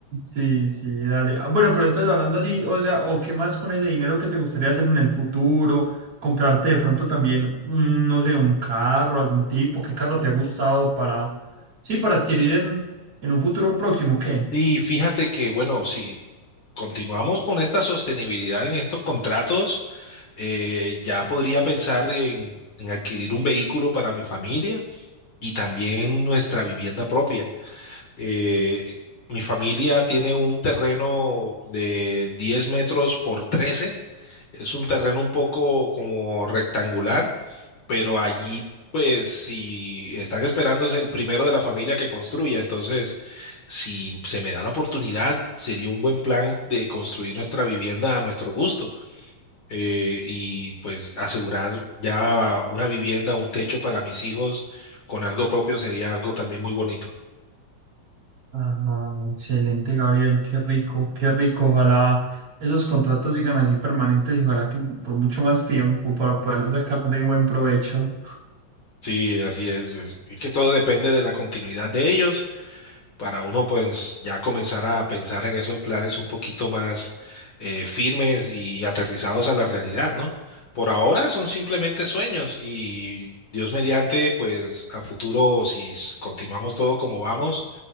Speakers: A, on the right (about 45°); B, on the left (about 40°).
A: Sí, sí, dale. Ah, Bueno, pero entonces hablando así, o sea, o qué más con ese dinero que te gustaría hacer en el futuro, comprarte de pronto también, mm, no sé, un carro, algún tipo, qué carro te ha gustado para, sí, para adquirir en, en un futuro próximo, ¿qué?
B: Sí, fíjate que, bueno, si continuamos con esta sostenibilidad en estos contratos. eh, ya podría pensar en, en adquirir un vehículo para mi familia y también nuestra vivienda propia. Eh, mi familia tiene un terreno de 10 metros por 13. Es un terreno un poco como rectangular, pero allí pues si están esperándose el primero de la familia que construya, entonces si se me da la oportunidad, sería un buen plan de construir nuestra vivienda a nuestro gusto eh, y pues asegurar ya una vivienda, un techo para mis hijos con algo propio sería algo también muy bonito.
A: Ah, excelente, Gabriel, qué rico, qué rico. Ojalá esos contratos sigan así permanentes y ojalá que por mucho más tiempo para poder sacarle buen provecho.
B: Sí, así es. Es es que todo depende de la continuidad de ellos para uno pues ya comenzar a pensar en esos planes un poquito más eh, firmes y aterrizados a la realidad, ¿no? Por ahora son simplemente sueños y Dios mediante pues a futuro si s- continuamos todo como vamos